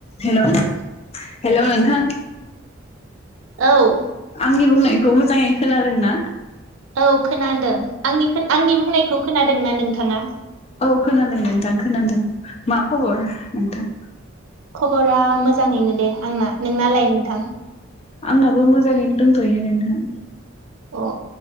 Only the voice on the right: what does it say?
औ।
औ खोनादों आंनि आंनि बुंनायखौ खोनादों ना नोंथाङा?
खबरा मोजाङैनो दे आंना नोंनालाय नोंथां?
अ